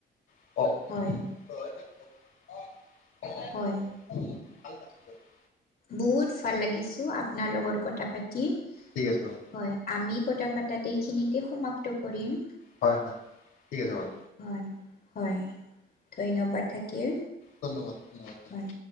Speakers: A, on the left; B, on the left.
A: <inaudible>
B: হয় হয় বহুত ভাল লাগিছে অ আপোনাৰ লগত কথা পাতি।
A: ঠিক আছে বাৰু
B: হয় আমি কথা পাতাত এইখিনিতে সমাপ্ত কৰিম।
A: হয়, হয়, ঠিক আছে বাৰু।
B: হয়, হয়, ধন্যবাদ থাকিল।
A: ধন্যবাদ ধন্যবাদ।
B: হয়।